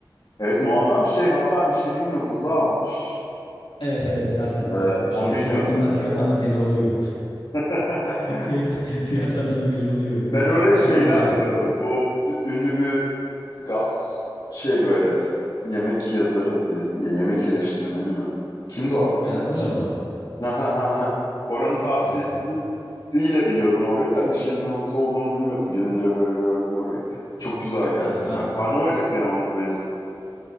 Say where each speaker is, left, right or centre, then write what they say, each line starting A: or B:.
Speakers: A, on the left; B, on the left.
A: Evet muazzam bir şey hatta Michelin yıldızı almış.
B: Evet evet zaten
A: Ee,
B: biraz
A: onu
B: şey
A: bilmiyordum
B: fiyattan da fiyattan
A: mesela.
B: da belli oluyor.
A: <laughs>
B: <laughs> Fiy- Fiyatlardan belli oluyor.
A: Ben orayı şeyden
B: Ama güzel.
A: biliyordum. Bu ü- ünlü bir gaz şey böyle. Yemek yazarı diyesim ya. Yemek eleştirmeni mi? Kimdi o adam
B: Vedat
A: ya?
B: Milor mu?
A: Ha ha ha. ha. Oranın tavsiyesiyle
B: Vedat Milor.
A: biliyordum orayı da Michelin yıldızı olduğunu bilmiyordum. Gidince böyle gördüm orayı. Çok güzel gerçekten.
B: Ha ben
A: Karnım acıktı yalnız benim.